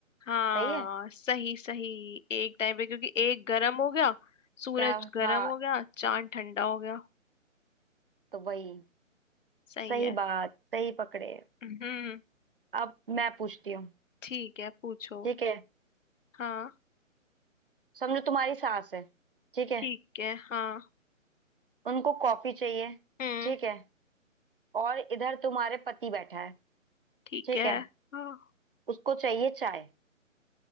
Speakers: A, on the left; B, on the right.
A: हाँ
B: सही है
A: सही सही एक टाइम पे क्योंकि एक गर्म हो गया सूरज
B: क्या
A: गर्म
B: हाँ
A: हो गया चांद ठंडा हो गया
B: तो वही
A: सही
B: सही
A: है
B: बात सही पकड़े
A: हम्म
B: अब मैं पूछती हूँ
A: ठीक है पूछो
B: ठीक है
A: हाँ
B: समझो तुम्हारी सास है ठीक है
A: ठीक है हाँ
B: उनको कॉफी चाहिए
A: हम्म
B: ठीक है और इधर तुम्हारे पति बैठा है
A: ठीक
B: ठीक
A: है
B: है
A: हाँ
B: उसको चाहिए चाय